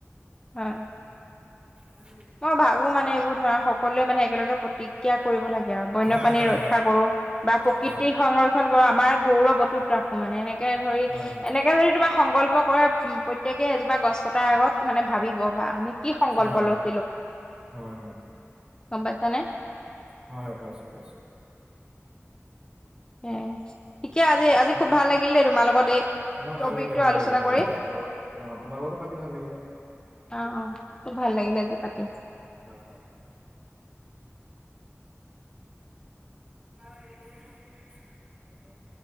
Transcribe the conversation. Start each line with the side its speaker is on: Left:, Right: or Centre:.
Left: হয়।
Right: অি <inaudible>
Left: মই ভাবো মানে এইবোৰ ধৰা সকলোৱে মানে একেলগে প্ৰতিজ্ঞা কৰিব লাগে আৰু বন্যপ্ৰানী
Right: হয় হয়
Left: ৰক্ষা
Right: হয়
Left: কৰো বা প্ৰকৃতি
Right: হয়
Left: সং কৰো আমাৰ গৌৰৱ বতুত ৰাখো মানে এনেকে ধৰি
Right: হয় হয়
Left: এনেকে যদি তোমাক সংকল্প কৰে প্ৰত্যেকে এজোপা গছ কটাৰ আগত মানে ভাবিব বা আমি কি সংকল্প
Right: হয়
Left: লৈছো
Right: হয় হয়।
Left: গম পাইছানে
Right: হয় হয় পাইছো পাইছো।
Left: এ আজি আজি খুব ভাল লাগিল দেই তোমাৰ লগত এই
Right: অ'
Left: টপিকটো
Right: ভাল লাগিলে ভাল
Left: আলোচনা
Right: লাগিলে ভাল
Left: কৰি
Right: লাগিলে তোমাৰ পাতি অ' তোমাৰ লগতো পাতি ভাল লাগিলে।
Left: অ', অ', ভাল লাগিলে আজি পাতি।
Right: হয় হয়। <inaudible>